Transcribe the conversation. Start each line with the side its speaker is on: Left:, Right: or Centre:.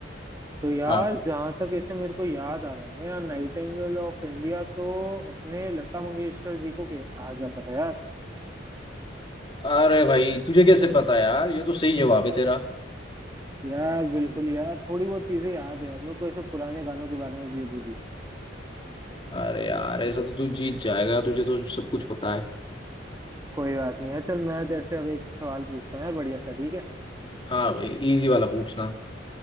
Right: तो यार
Left: हाँ
Right: जहां तक ऐसे मेरे को याद आ रहा है ना यार नाइटिंगेल ऑफ इंडिया तो अपने लता मंगेशकर जी को के- कहा जाता था यार
Left: अरे भाई तुझे कैसे पता यार ये तो सही जवाब है तेरा
Right: यार बिल्कुल यार थोड़ी बहुत चीजें याद है यार मेरे को ऐसे पुराने गानों के बारे में भी अभी भी
Left: अरे यार ऐसा तो तू जीत जाएगा तुझे तो सब कुछ पता है
Right: कोई बात नहीं है चल मैं तेरे से अब एक सवाल पूछता हूँ यार बढ़िया सा ठीक है
Left: हाँ भाई इजी वाला पूछना